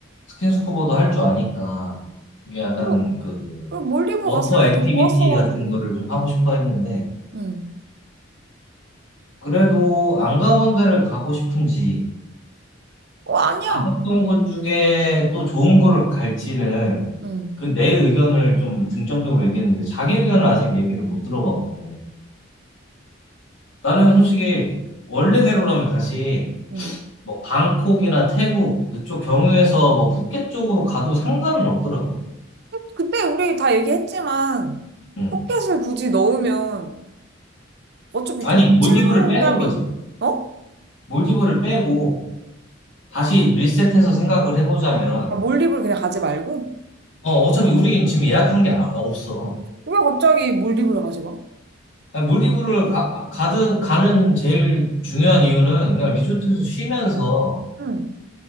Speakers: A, on the left; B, on the right.
A: 스킨스쿠버도 할 줄 아니까 이게 약간
B: 그리고,
A: 그
B: 그리고 몰디브
A: 워터
B: 갔을 때
A: 액티비티
B: 되게 좋았어가지고.
A: 같은 거를 좀 하고 싶어 했는데
B: 응.
A: 그래도 안 가본 데를 가고 싶은지,
B: 어, 아니야.
A: 가봤던 곳 중에 또 좋은 거를 갈지는,
B: 응.
A: 그 내 의견을 좀 중점적으로 얘기했는데, 자기 의견을 아직 얘기를 못 들어봐갖고. 나는 솔직히, 원래대로라면 다시,
B: 응.
A: 뭐, 방콕이나 태국, 그쪽 경유해서 뭐, 푸켓 쪽으로 가도 상관은 없더라고.
B: 그때 우리 다 얘기했지만
A: 음.
B: 포켓을 굳이 넣으면 어차피
A: 아니,
B: 좀 겹치는
A: 몰디브를 빼는
B: 감이
A: 거지.
B: 어?
A: 몰디브를 빼고, 다시 리셋해서 생각을 해보자면,
B: 아, 몰디브를 그냥 가지 말고?
A: 어, 어차피 우리는 지금 예약한 게 아- 없어.
B: 왜 갑자기 몰디브를 가지 마?
A: 아니, 몰디브를 가, 가든 가는 제일 중요한 이유는 그냥 리조트에서 쉬면서
B: 응.